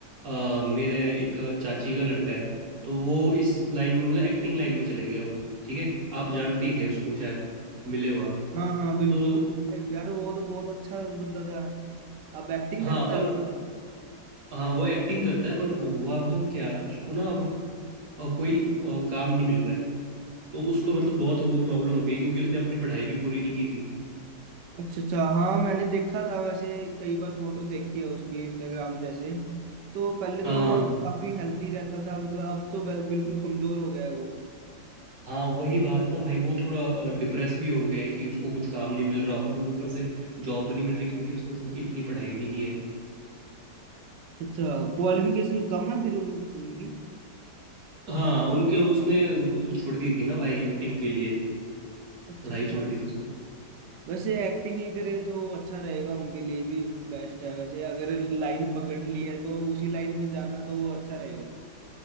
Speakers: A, on the right; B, on the right.
A: अ, मेरे एक चाची का लड़का है तो वो इस लाइन में मतलब एक्टिंग लाइन में चले गया वो ठीक है आप जानते ही थे उसको शायद मिले हो आप
B: हाँ हाँ बिल्कुल
A: तो
B: यार वो तो बहुत अच्छा बंदा था अब एक्टिंग
A: हाँ
B: करता
A: पर
B: है
A: हाँ वो एक्टिंग करता है पर हुआ बताऊँ क्या उसको ना अब अ, कोई अ, काम नहीं मिल रहा है तो उसको मतलब बहुत वो प्रॉब्लम हो गई क्योंकि उसने अपनी पढ़ाई भी पूरी नहीं की थी
B: अच्छा अच्छा हाँ मैंने देखा था वैसे कई बार फोटो देखी है उसकी इंस्टाग्राम जैसे तो पहले
A: हाँ
B: तो वो काफी हेल्थी रहता था मतलब अब तो बिल- बिल्कुल कमजोर हो गया है वो
A: हाँ वही बात ना भाई वो थोड़ा डिप्रेस भी हो गया है कि उसको कुछ काम नहीं मिल रहा और ऊपर से जॉब भी नहीं मिल रही क्योंकि उसने इतनी पढ़ाई भी नहीं की है
B: अच्छा क्वालिफिकेशन कम है फिर उन, उनकी
A: हाँ उनके उसने वो छोड़ दी थी ना भाई एक्टिंग के लिए
B: अच्छा
A: पढ़ाई
B: अच्छा
A: छोड़ दी थी उसने
B: वैसे एक्टिंग ही करे तो अच्छा रहेगा उनके लिए भी बेस्ट है वैसे अगर लाइन पकड़ ली है तो उसी लाइन में जाना तो अच्छा रहेगा